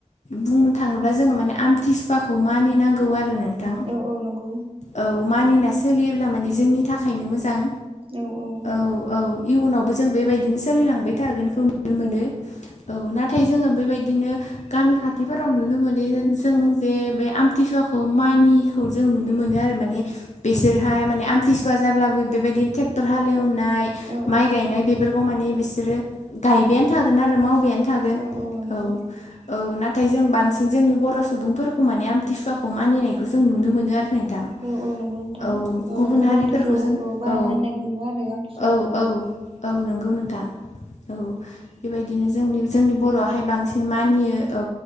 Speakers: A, on the left (about 65°); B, on the right (about 45°).
A: बुंनो थाङोब्ला जोङो माने आमथिसुवाखौ मानि नांगौ आरो नो थां
B: औ औ नंगौ
A: औ मानिना सोलियोब्ला माने जोंनि थाखायनो मोजां।
B: औ औ।
A: औ औ इयुनावबो जों बेबायदिनो सोलिलांबाय थागोनखौ नुनो मोनो।
B: औ
A: औ नाथाय जोङो बेबायदिनो गामि खाथिफोराव नुनो मोनो <unintelligible> जों जे बे आम थिसुवाखौ मानियिखौ जों नुनो मोनो आरो माने बेसोरहाय माने आम थिसुवा जाब्लाबो बेबायदिन थेक्टर हालेवनाय
B: औ औ।
A: <unintelligible> बेफोरखौ माने बिसोरो गायबायानो थागोन आरो मावबायानो थागोन
B: औ औ नंगौ
A: औ। औ नाथाय जों बांसिन जोंनि बर' सुबुंफोरखौ माने आमथिसुवाखौ मानिनायखौ जों नुनो मोनो आरो नोंथां।
B: औ औ नंगौ नोंथां
A: औ गुबुन हारिफोरखौ
B: हारिखौ
A: जों
B: बारा
A: औ
B: मानिनायखौ नुवा आरो आमथिसुवाखौ
A: औ औ। औ नंगौ नोंथां। औ बेबायदिनो जोंनि जोंनि बर'वाहाय बांसिन मानियो औ